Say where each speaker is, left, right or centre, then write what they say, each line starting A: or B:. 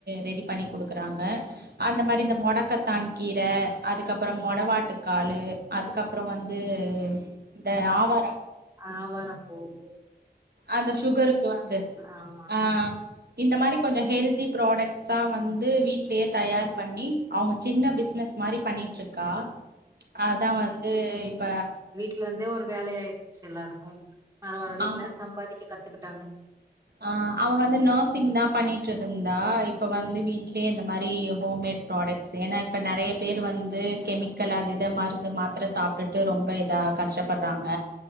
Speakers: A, on the right (about 65°); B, on the right (about 20°).
A: ரெடி பண்ணி குடுக்குறாங்க அந்த மாரி இந்த மொடக்கத்தான் கீர அதுக்கப்பற மொடவாட்டுக்காலு அதுக்கப்றோ வந்து இந்த ஆவாரா
B: ஆவாரம்பூவு
A: அந்த சுகருக்கு வந்து
B: ஆமா
A: அ இந்த மாரி கொஞ்சோ ஹெல்தி ப்ராடக்ட்ஸா வந்து வீட்லயே தயார் பண்ணி அவங்க சின்ன பிசினஸ் மாரி பண்ணிட்டு இருக்கா அதா வந்து இப்ப
B: இது வந்தே ஒரு வேலயாயிடுச்சு எல்லாருக்கு பரவால்ல வீட்ல
A: ஆமா
B: இருந்து சம்பாதிக்க கத்துக்கிட்டாங்க
A: ஆ அவ வந்து நர்சிங் தா பண்ணிட்ருக்குந்தா இப்ப வந்து வீட்லயே இந்த மாரி ஹோம்மேட் ப்ராடக்ட்ஸ் ஏனா இப்ப நெறய பேர் வந்து கெமிக்கல் அது இத மருந்து மாத்திர சாப் ட்டுட்டு ரொம்ப இதா கஷ்டப்படுறாங்க